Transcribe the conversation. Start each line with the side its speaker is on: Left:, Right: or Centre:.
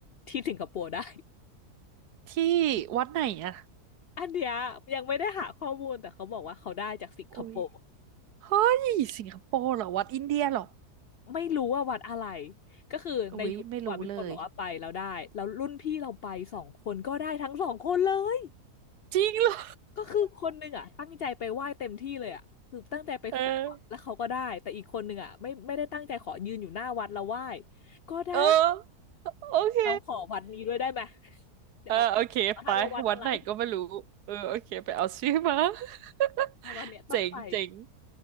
Left: ที่สิงคโปร์ได้
Right: ที่วัดไหนอ่ะ
Left: อันเนี้ยยังไม่ได้หาข้อมูลแต่เขาบอกว่าเขาได้จากสิงคโปร์
Right: โอ้ยเฮ้ยสิงคโปร์เหรอวัดอินเดียเหรอ
Left: ไม่รู้ว่าวัดอะไรก็คือในยูทูบอะมีคนบอกว่าไปแล้วได้แล้วรุ่นพี่เราไปสองคนก็ได้ทั้งสองคนเลย
Right: โอ้ยไม่รู้เลยจริงเหรอ
Left: ก็คือคนหนึ่งอ่ะตั้งใจไปไหว้เต็มที่เลยอ่ะคือตั้งใจไปขออะแล้วเขาก็ได้แต่อีกคนหนึ่งอ่ะไม่ไม่ได้ตั้งใจขอยืนอยู่หน้าวัดแล้วไหว้
Right: เออ
Left: ก็ได้
Right: เออโอเค
Left: เราขอวัดนี้ด้วยได้ไหม <laughs> เดี๋ยวเราไปมาให้ว่าวัดอะไร
Right: เออโอเคไปวัดไหนก็ไม่รู้เออโอเคไปเอาชื่อมา <laughs>
Left: แต่วัดเนี้ยต้องไป
Right: เจ๋งเจ๋ง